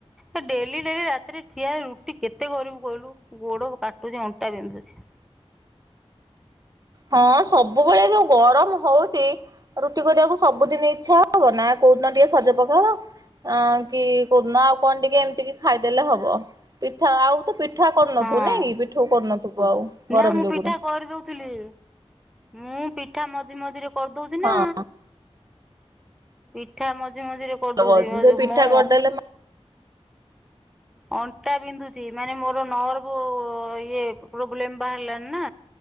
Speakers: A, in the centre; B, on the right.
A: ଏ ଡେଲି ଡେଲି ରାତିରେ ଠିଆ ହେଇ ରୁଟି କେତେ କରିବୁ କହିଲୁ ଗୋଡ କାଟୁଚି ଅଣ୍ଟା ବିନ୍ଧୁଛି।
B: ହଁ ସବୁବେଳେ ଯୋଉ ଗରମ ହଉଚି। ରୁଟି କରିବାକୁ ସବୁଦିନ ଇଚ୍ଛା ହବ ନା କୋଉଦିନ ଟିକେ ସଜପଖାଳ। ଅ କି କଉଦନ ଆଉ କଣ ଟିକେ ଏମିତି କି ଖାଇଦେଲେ ହବ ପିଠା ଆଉ ତ ପି ପିଠା କରନଥୁ
A: ହଁ
B: ନାଇଁ କି ପିଠଉ କରୁନଥିବୁ ଆଉ
A: ନା
B: ଗରମ
A: ମୁଁ
B: ଯୋଗୁରୁ?
A: ପିଠା କରିଦଉଥିଲି। ମୁଁ ପିଠା ମଝି ମଝିରେ କରିଦଉଛି ନା
B: ହଁ।
A: ପିଠା ମଝି ମଝିରେ କରି
B: ଭଲ
A: ଦଉଛି
B: କରୁଛୁ
A: ଭାଉଜ
B: ସେ ପିଠା
A: ମ
B: କରିଦେଲେ
A: ଅଣ୍ଟା ବିନ୍ଧୁଛି ମାନେ ମୋର ନର୍ଭ ଇଏ ପ୍ରୋବ୍ଲେମ ବାହାରିଲାନା।